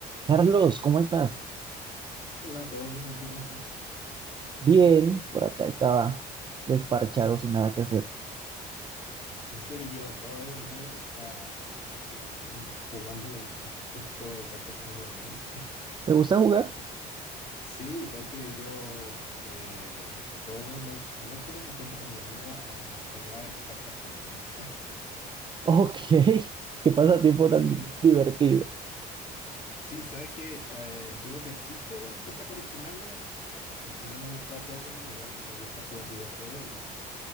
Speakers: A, on the right (about 30°); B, on the left (about 35°).
A: Carlos, ¿cómo estás?
B: Hola, ¿todo bien? ¿Y tú cómo estás?
A: Bien, por acá estaba desparchado sin nada que hacer.
B: En serio, yo acabo de volver, está haciendo un- jugando <laughs> un juego de cartas con unos amigos. <laughs>
A: ¿Te gusta jugar?
B: Que se- sí, sabes que yo eh, todos los miércoles me junto con mi amigo a jugar cartas Pokémon.
A: Ok, <laughs> qué pasatiempo
B: <laughs>
A: tan
B: Sí,
A: di- divertido.
B: sí, sabes que eh, yo de chico empecé a coleccionarlas porque siempre me ha gustado Pokémon, igual me gusta jugar videojuegos